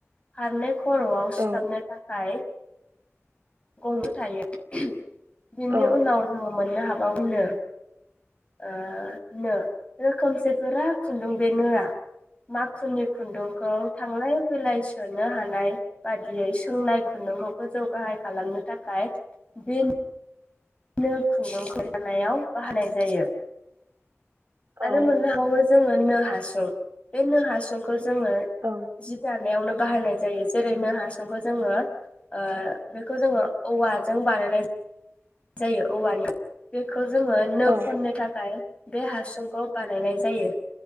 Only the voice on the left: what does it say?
फारनै खर'आव
सिथाबनो थाखाय गंल' थायो बिनि
उनाव जोङो मोननो हाबावयोनो ओ नो रोखोमसे गोरा खुुनदों बे नोआ मा खुनि खुन्दुंखौ थांलाय फैलाय सोननो हानाय बादियै सोंनाय खुन्दुंखौ गो जौगाहाय खालामनो थाखाय बे नों खुन्दुंखौ दानायाव बाहनाय जायो
आरो मोननो हाबावो जे जोङो नो हासुं बे नो हासुंखौ जोङो
जि दानायावनो बाहायनाय जायो जेरै नो हासुंखौ जोङो ओ बेखौ जोङो औवाजों बानायनाय जायो जायो औवानि बेखौ खौ जोङो नो
खननो थाखाय बे हासुंखौ बानायनाय जायो